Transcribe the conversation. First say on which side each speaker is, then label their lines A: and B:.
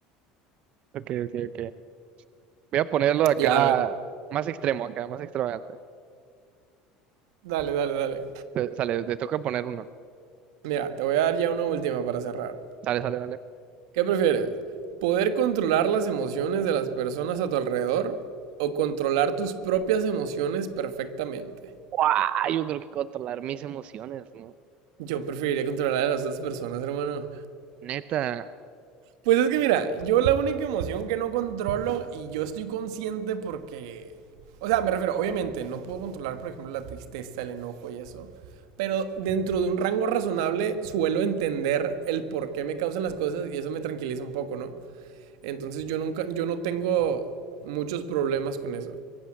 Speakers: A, on the right; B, on the right.
A: Ok, ok, ok. Voy a ponerlo acá
B: Ya,
A: más extremo, acá más extravagante.
B: Dale, dale, dale.
A: Eh, Sale, te toca poner uno.
B: Mira, te voy a dar ya una última para cerrar.
A: Sale, sale, vale.
B: ¿Qué prefieres? ¿Poder controlar las emociones de las personas a tu alrededor o controlar tus propias emociones perfectamente?
A: ¡Guau! Yo creo que controlar mis emociones, ¿no?
B: Yo preferiría controlar a las otras personas, hermano.
A: Neta.
B: Pues es que mira, yo la única emoción que no controlo y yo estoy consciente porque... O sea, me refiero, obviamente, no puedo controlar, por ejemplo, la tristeza, el enojo y eso. Pero dentro de un rango razonable suelo entender el por qué me causan las cosas y eso me tranquiliza un poco, ¿no? Entonces yo nunca, yo no tengo muchos problemas con eso.